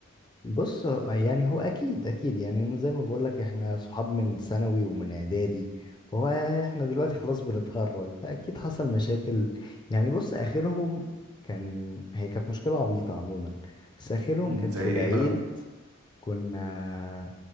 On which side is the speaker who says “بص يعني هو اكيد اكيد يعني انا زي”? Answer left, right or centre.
Left